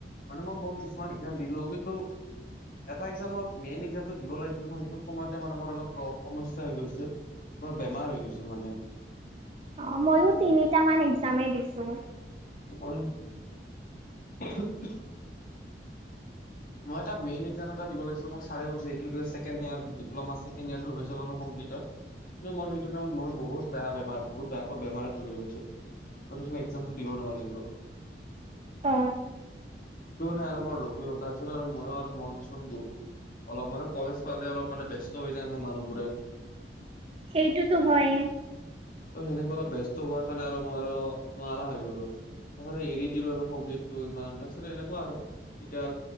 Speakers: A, on the left; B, on the right.
A: মানে মই ম কিছুমান এক্সাম দিলো কিন্তু এটা একজাম মই মেইন একজামটো দিব লাগিছিল মই সেইটো সময়তে মানে মোৰ অলপ প্ৰ সমস্যা হৈ গৈছিল। বৰ বেমাৰ হৈ গৈছিল মানে।
B: অ ময়ো তিনিটা মান একজামে দিছোঁ।
A: অই, উমহ মই এটা মেইন একজাম এটা দিব লৈছিলো মোক ছাৰে কৈছিলে এইটো ছেকেণ্ড ইয়েৰ ডিপ্লোমা ছেকেণ্ড ইয়েৰটো হৈ যাব ভিতত কিন্তু মই সেইটো টাইমত মোৰ বহুত বেয়া বেমাৰ বহুত বেয়াকৈ বেমাৰে ধৰি লৈছিল। অথচ মই একজামটো দিব নোৱাৰিলোঁ।
B: অ
A: সেইটো মানে আৰু মোৰ ৰ তাৰপিছত আৰু ময়ো আৰু মন চনবোৰ অলপ মানে কলেজ পালে অলপ মানে ব্যস্ত হৈ যায় নহয় মানুহবোৰে।
B: সেইটোতো হয়ে
A: ত সেনেকে অলপ ব্যস্ত হোৱাৰ কাৰণে আৰু মই আৰু নোৱাৰা হৈ গলো। তাৰপিছতে এৰি দিলো আৰু সংগীতটো ইমান তাৰপিছত এনেকুৱা আৰু এতিয়া